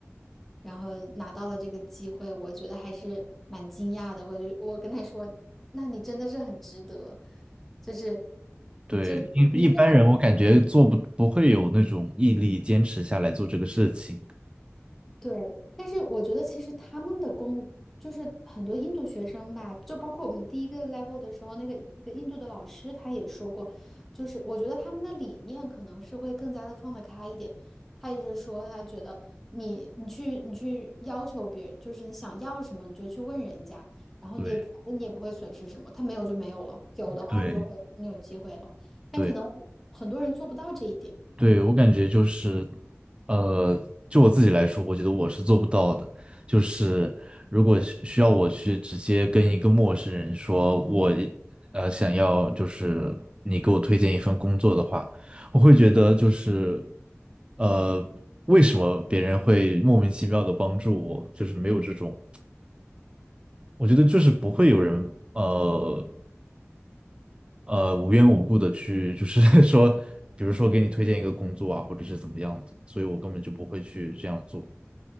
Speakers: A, in the centre; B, on the right.
A: 然后拿到了这个机会，我觉得还是蛮惊讶的。我就我跟他说，那你真的是很值得，就是
B: <laughs> 对，
A: 就是你这么
B: 一一般人我感觉做不不会有那种毅力坚持下来做这个事情。
A: 对，但是我觉得其实他们的工就是很多印度学生吧，就包括我们第一个 level 的时候，那个一个印度的老师他也说过，就是我觉得他们的理念可能是会更加的放得开一点。他也是说，他觉得你你去你去要求别人，就是你想要什么你就去问人家，然后你也反正你也不会损失什么，
B: 对
A: 他没有就没有了，有的话你就会你有机会了，
B: 对
A: 但可能很多人做不到这一点。
B: 对，对，我感觉就是，呃，就我自己来说，我觉得我是做不到的。就是如果需需要我去直接跟一个陌生人说我，呃，想要就是你给我推荐一份工作的话，我会觉得就是，呃，为什么别人会莫名其妙的帮助我？就是没有这种，我觉得就是不会有人，呃。呃无缘无故的去，就是 <laughs> 说，比如说给你推荐一个工作啊，或者是怎么样子，所以我根本就不会去这样做，